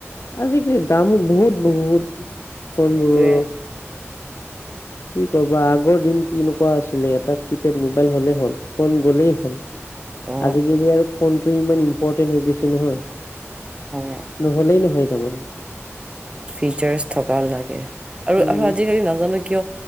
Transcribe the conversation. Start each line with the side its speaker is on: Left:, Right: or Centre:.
Left: আজিকালি দামো বহুত বহুত ফোন
Right: সেইটোৱে
Left: বোৰৰো কি কবা আগৰ দিন কিনেকুৱা আছিলে এটা কিপেড মোবাইল হলেই হ'ল ফোন গলেই হ'ল
Right: অ
Left: আজিকালি আৰু ফোনটো ইমান ইম্পৰ্টেন্ট হৈ গৈছে নহয়
Right: অ
Left: নহ'লেই নহয় তাৰমানে
Right: ফিচাৰ্চ থকা লাগে আৰু
Left: উম
Right: আৰু আজিকালি নাজানো কিয়